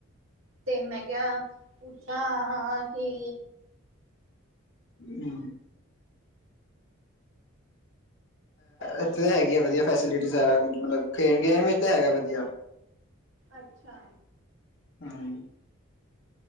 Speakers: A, on the right; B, on the left.
A: ਤੇ ਮੈਂ ਕਿਹਾ ਪੁੱਛਾਂ, ਕਿ
B: ਹਮ।
A: ਹੈਲੋ
B: ਇੱਥੇ ਤਾਂ ਹੈਗੀ ਆ ਵਧੀਆ ਫੈਸਿਲਿਟੀ ਸਾਰਾ ਕੁਝ ਮਤਲਬ ਖੇਡ ਗੇਮ ਵਿੱਚ ਤਾਂ ਹੈਗਾ ਵਧੀਆ
A: ਅੱਛਾ।
B: <unintelligible>